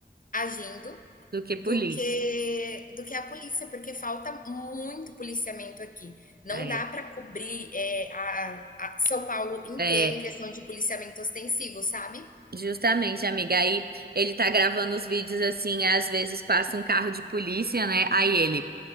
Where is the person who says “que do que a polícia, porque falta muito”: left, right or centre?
Left